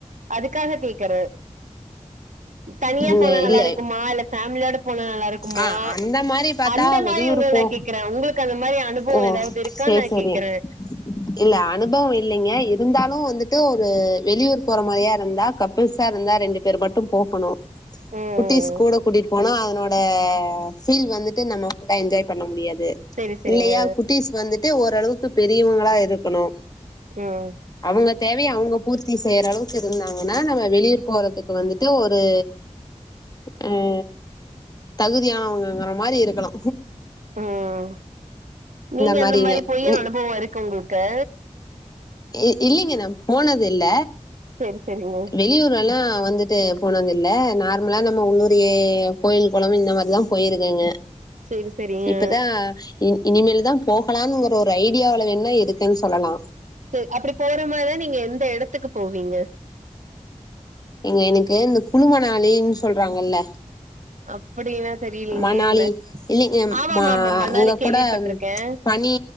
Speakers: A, on the right; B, on the left.
A: அதுக்காக கேக்குற தனியா
B: நீங்க
A: போனா நல்லாருக்குமா
B: இல்ல
A: இல்ல ஃபேமிலியோட போன நல்லா இருக்குமா
B: ஆ அந்த மாரி பாத்தா
A: அந்த மாரி
B: வெளியூர்
A: ஒங்கள
B: போ
A: நா கேக்குறே ஒங்களுக் அந்த மாரி அனுபவம்
B: ஓ
A: எதாவது இருக்கான்னு
B: சேரி
A: நா
B: சேரி
A: கேக்குறே
B: இல்ல அனுபவம் இல்லங்க இருந்தாலு வந்துட்டு ஒரு வெளியூர் போற மாரியா இருந்தா கப்பல்ஸ்சா இருந்தா ரெண்டு பேர் மட்டும் போகணு
A: ம்
B: குட்டிஸ் கூட கூட்டிட்டு போனா அதனோட அந்த ஃபீல் வந்துட்டு நம்ம என்ஜாய் பண்ண முடியாது
A: செரி செரிங்க
B: இல்லையா குட்டிஸ் வந்துட்டு ஓரளவுக்கு பெரியவங்களா இருக்கனு
A: உம்
B: அவுங்க தேவய அவுங்க பூர்த்தி செய்ற அளவுக்கு இருந்தாங்னா நம்ம வெளியூர் போறதுக்கு வந்துட்டு த்து ஒரு அ தகுதியானவங்கங்கற மாரி இருக்கனு
A: ம் நீங்க
B: மாதிரிங்க
A: அந்த மாரி போயு
B: இ-
A: அனுபவோ இருக்கு உங்களுக்கு
B: இ இல்லிங்க நா போனதில்ல
A: செரி செரிங்க
B: வெளியூரல்லா வந்துட் டு போனதில்ல நார்மலா நம்ம ஊரு கோயில் கொளம் இந்த மாரி ல போயிருக்கங்க
A: செரி செரிங்க
B: இப்பதா இனிமேல்தா போகலாம்ங்கிற ஒரு ஐ டியாவ்ல வேனா இருக்கேன் சொல்லலா
A: சேர் அப்டி போற மாரினா நீங்க எந்த எடத்துக்கு போவீங்க
B: இங்க எனக்கு இந்த குளுமணாளின் சொல்றாங்கல
A: அப்டின்னா தெரியலீங்களே
B: மணாளி
A: என்ன
B: இல்லிங்
A: ஆமாமா
B: மா
A: ஆமா மணாலி
B: அங்க
A: கேள்விப்பட்டிருக்கே
B: கூட பனி